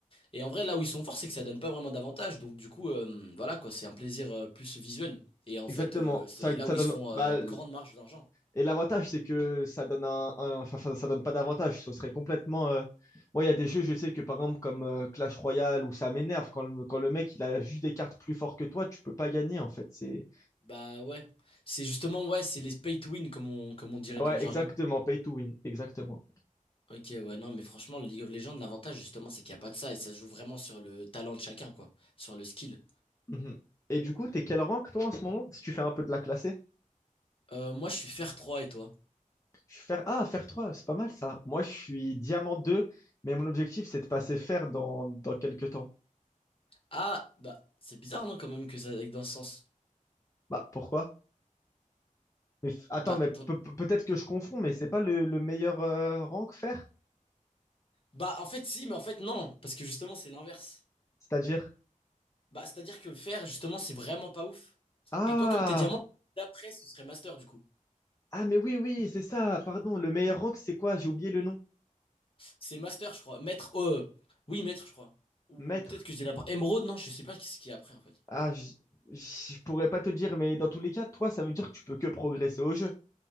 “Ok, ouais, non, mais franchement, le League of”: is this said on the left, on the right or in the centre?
Left